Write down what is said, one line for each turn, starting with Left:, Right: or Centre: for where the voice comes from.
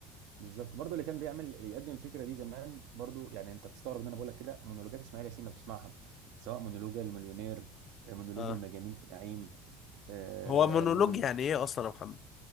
Right: بالظبط برضه اللي كان بيعمل اللي يقدم الفكره دي زمان برضه يعني انت تستغرب ان انا بقول لك كده مونولوجات اسماعيل ياسين لو تسمعها سواء مونولوج المليونير مونولوج
Left: اه
Right: المجانين في نعيم آه،
Left: هو مونولوج
Right: مونولوج
Left: يعني ايه اصلا يا محمد